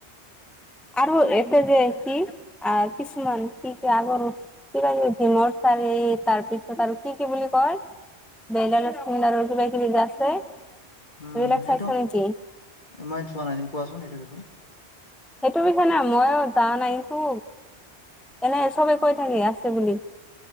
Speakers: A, in the centre; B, on the left.
A: আৰু এতি যে কি আ কিছুমান কি কি আগৰ কি। শিমৰ চাৰি তাৰ পিছত আৰু কি কি বুলি কয়? বিলালৰ সিং আৰু কিবা কিবি আছে।
B: উম,
A: এইবিলাক
B: সেইটো
A: চাইছা নেকি?
B: মই চোৱা নাই যে কোৱাচোন সেইটো বিষয়ে।
A: সেইটো বিষয়ে নে মইো যা নাই টো। এনে চবে কৈ থাকে আছে বুলি।